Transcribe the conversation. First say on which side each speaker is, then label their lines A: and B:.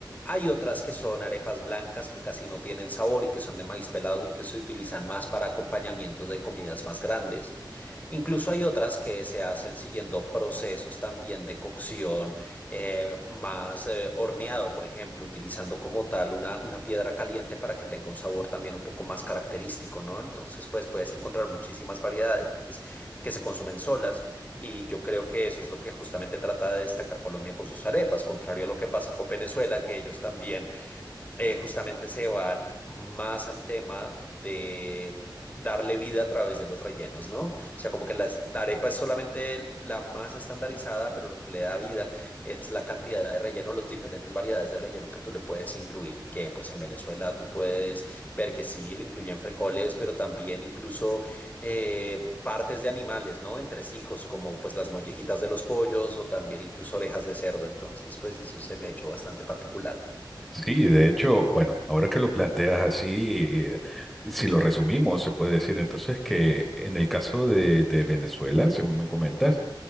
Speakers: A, on the left (about 20°); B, in the centre.
A: Hay otras que son arepas blancas que casi no tienen sabor y que son de maíz pelado y que se utilizan más para acompañamientos de comidas más grandes. Incluso hay otras que se hacen siguiendo procesos también de cocción eh, más eh, horneado, por ejemplo, utilizando como tal una, una piedra caliente para que tenga un sabor también un poco más característico, ¿no? Entonces, pues puedes encontrar muchísimas variedades que se consumen solas y yo creo que eso es lo que justamente trata de destacar Colombia con sus arepas, contrario a lo que pasa con Venezuela, que ellos también eh, justamente se van más al tema de darle vida a través de los rellenos, ¿no? O sea, como que las- la arepa es solamente el- la masa estandarizada, pero lo que le da vida es la cantidad de relleno, las diferentes variedades de relleno que tú le puedes incluir, que pues en Venezuela tú puedes ver que sí, le incluyen frijoles, pero también incluso... eh, partes de animales, ¿no? Entresijos, como pues las mollejitas de los pollos o también incluso orejas de cerdo. Entonces, pues eso se me ha hecho bastante particular.
B: Sí, de hecho, bueno, ahora que lo planteas así, eh, si lo resumimos, se puede decir entonces que en el caso de, de Venezuela, según me comentas,